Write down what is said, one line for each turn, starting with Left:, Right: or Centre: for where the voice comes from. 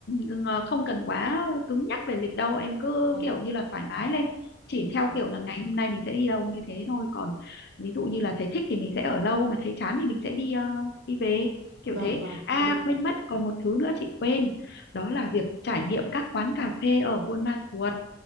Left: đừng ờ, không cần quá cứng nhắc về lịch đâu em cứ
Right: vâng
Left: kiểu
Right: ạ
Left: như là thoải mái lên chỉ
Right: Vâng.
Left: theo kiểu là ngày hôm nay mình sẽ đi đâu như thế thôi còn ví dụ như là thấy thích thì mình sẽ ở lâu mà thấy chán thì mình sẽ đi ờ, đi về kiểu
Right: vâng
Left: thế
Right: vâng
Left: à
Right: được
Left: quên mất còn một thứ nữa chị quên đó là việc trải nghiệm các quán cà phê ở Buôn Ma Thuột